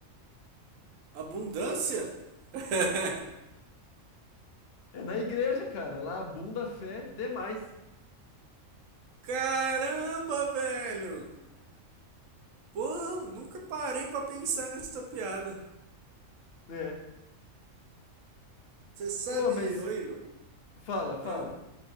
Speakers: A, on the right; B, on the left.
A: Abundância? <laughs>
B: É na igreja, cara. Lá a bunda fé é demais.
A: Caramba, velho! Pô, nunca parei pra pensar nessa piada.
B: É.
A: Você sabe,
B: Ô, mas
A: ô Igor?
B: fala, fala.
A: Ah,